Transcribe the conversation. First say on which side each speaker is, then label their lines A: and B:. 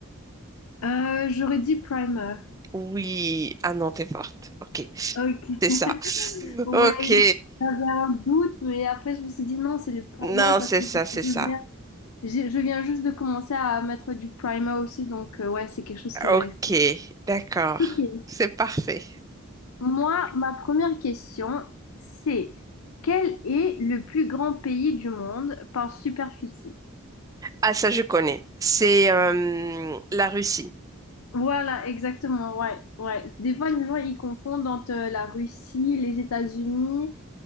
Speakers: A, on the left; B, on the right.
A: Euh, j'aurais dit primer.
B: Oui, ah non, t'es forte. Ok,
A: Ok.
B: c'est ça.
A: Ouais,
B: Ok,
A: j'avais un doute, mais après je me suis dit non, c'est le primer
B: non,
A: parce
B: c'est
A: que
B: ça,
A: je
B: c'est ça.
A: je viens, j'ai- je viens juste de commencer à mettre du primer aussi, donc euh, ouais, c'est quelque chose qui
B: Ok,
A: est resté.
B: d'accord,
A: Ok.
B: c'est parfait.
A: Moi, ma première question, c'est quel est le plus grand pays du monde par superficie?
B: Ah, ça, je connais. C'est euh, la Russie.
A: Voilà, exactement, ouais, ouais. Des fois, les gens, ils confondent entre euh, la Russie, les États-Unis,